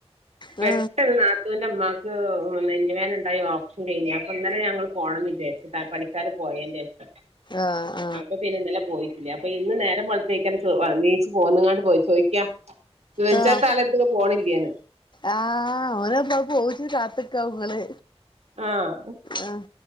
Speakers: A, on the right; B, on the left.
A: പെട്ടെന്ന്
B: ആ
A: നാത്തൂ ന്റെമാക്ക് നെഞ്ച് വേദന ണ്ടായി ഓപ്റഷൻ കഴിഞ്ഞ് അപ്പൊ ഇന്നലെ ഞങ്ങള് പോണംന്ന് വിചാരിച്ചതാ പണി പണിക്കാര് പോയേന്റെഷം
B: ആഹ്
A: അപ്പൊ പിന്നെ ഇന്നലെ പോയിറ്റില്ല അപ്പൊ ഇന്ന് നേരം വെളുത്തേക്കാ നീച്ചു പോന്നങ്ങാണ്ട് ചോയിക്കാ വെജാത്ത
B: ആ ആ
A: <unintelligible> ആളര്‌ത്തേക്ക് പോണില്ലേന്ന്
B: ആഹ് ഓനപ്പോ പോകുച്ചു കാത്ത് ക്കാ ഇങ്ങള്
A: ആഹ്
B: ആഹ്